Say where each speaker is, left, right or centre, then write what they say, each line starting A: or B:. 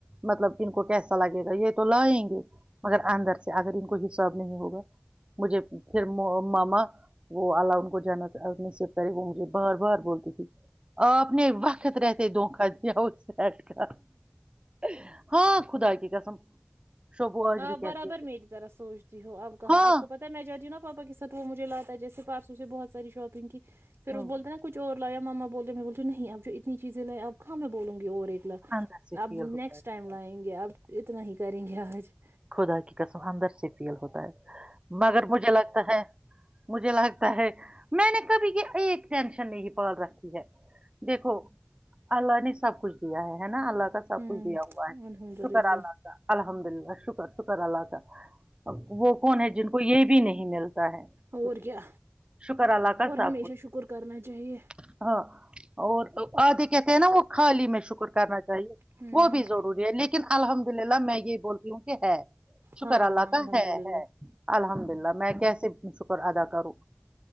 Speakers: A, on the right; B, on the right.
A: مطلب ان کو کیسا لگے گا یہ تو لائیں گے مگر اندر سے اگر ان کو یہ ساب نہیں ہوگا مجھے پھر ماما وہ اللہ ان کو جانا سے کرے وہ مجھے بار بار بولتی تھی آپ نے وقت رہتے دکھا دیا سٹ کاا <inaudible> ہاں خدا کی قسم <unintelligible> آج
B: آ
A: بھی
B: برابر
A: کہتی ہے
B: میری طرح سوچتی ہو اب کہاں
A: ہاں
B: آپ کو پتا ہے میں جاتتیی ہوںا پاپا کے ساتھ وہ مجھے لاتا ہے جیسے پاپ <unintelligible> اسے بہت ساری شاپنگ کی <unintelligible> پھر
A: ہوں
B: وہ بولتے نا کچھ اور <unintelligible> لیا ماما بولے میں بولتےوں نہیںپ جو اتنی چیزیں لائی آپ خاں میں بولوں گی <unintelligible> اور ایکلا
A: اندر سے
B: اب
A: فیل
B: نیکسٹ
A: ہوتا ہے خدا
B: ٹائم لائیں گے اب <unintelligible> اتنا ہی کریں گے آج <unintelligible>
A: خدا کی کسمدر سے <unintelligible> فیل ہوتا ہے مگر مجھے لگتا ہے <unintelligible> مجھے لگتا ہے میں نے کبھی کی ایک ٹینشن نہیں پال رکھی ہے دیکھو اللہ نے سب کچھ دیا ہے ہے نا <unintelligible> اللہ کا سب
B: ہوں
A: کچھ دیا ہوا ہے
B: الحمد
A: شکر
B: للہ
A: اللہ کا الحمد للہ ش <unintelligible> کرش کررا <unintelligible> وہ کون ہے جن کو یہ بھی نہیں ملتا <unintelligible> ہے
B: اور
A: شر
B: کیا
A: شکر اللہ کا
B: اور
A: ساب
B: ہمیشہ
A: کچھ
B: شکر کرنا چاہیے
A: ہاں اور آھے کہتے ہیں نا وہ خالی میں <unintelligible> شکر کرنا <unintelligible>
B: ہوں
A: وہ بھی ضروری ہے لیکن الحمد للہ میں <unintelligible> یہ بول <unintelligible> کیونکہ ہے <unintelligible> شکر
B: ہاں
A: اللہ
B: ہاں
A: کا
B: الحمد
A: ہے
B: للہ
A: ہے الحمد <unintelligible> لہ میں کیسے شک <unintelligible> ادا کروں